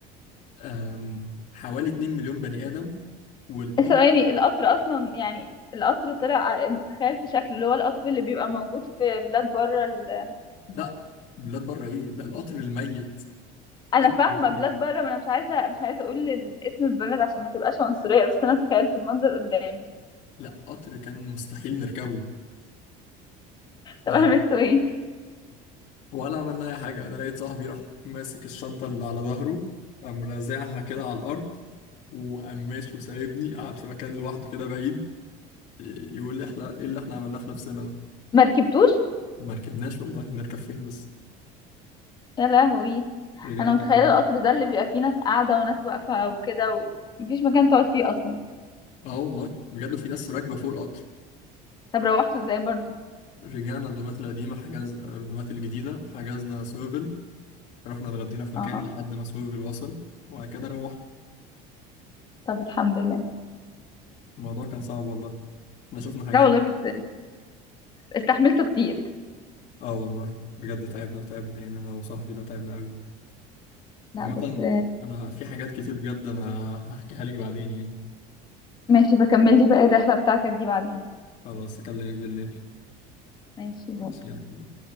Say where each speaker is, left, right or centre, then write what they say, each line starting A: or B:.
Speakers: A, on the left; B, on the left.
A: أم، حوالي 2 مليون بني آدم والقطر
B: <laughs> ثواني القطر اصلا يعني القطر طلع تخيلت شكله اللي هو القطر اللي بيبقى موجود في بلاد بره ال...
A: لا بلاد بره ايه ده القطر الميت
B: انا
A: قطر
B: فاهمه
A: ميت
B: بلاد بره ما انا مش عايزه مش عايزه اقول ال- اسم البلد عشان ما تبقاش عنصريه بس انا تخيلت المنظر قدامي
A: لا قطر كان مستحيل نركبه ف-
B: طب عملتوا ايه
A: ولا عملنا اي حاجه انا لقيت صاحبي راح ماسك الشنطه اللي على ظهره قام رازعها كده على الارض وقام ماشي وسايبني قاعد في مكان لوحده كده بعيد ي- يقول لي احنا ايه اللي احنا عملناه في نفسنا ده
B: ما ركبتوش
A: ما ركبناش والله نركب فين بس
B: يا لهوي
A: رجعنا
B: انا متخيله
A: على
B: القطر ده اللي بيبقى فيه ناس قاعده وناس واقفه وكده ومفيش مكان تقعد فيه اصلا
A: اه والله بجد في ناس راكبه فوق القطر
B: طب روحته ازاي برضو
A: رجعنا الدومات القديمه حجز الدومات الجديده حجزنا سوفل رحنا اتغدينا في مكان
B: اه
A: لحد ما سوفل وصل وبعد كده روحنا
B: طب الحمد لله
A: الموضوع كان صعب والله احنا شفنا حاجات
B: لا والله بس استحملته كتير
A: اه والله بجد تعبنا تعبنا يعني انا وصاحبي ده تعبنا قوي
B: لا
A: عامة
B: بس
A: انا في حاجات كتير بجد انا هحكيها لك بعدين يعني
B: ماشي بكمل لي بقى الرحله بتاعتك دي بعدين
A: خلاص اكلمك بالليل
B: ماشي
A: ماشي
B: بو
A: يلا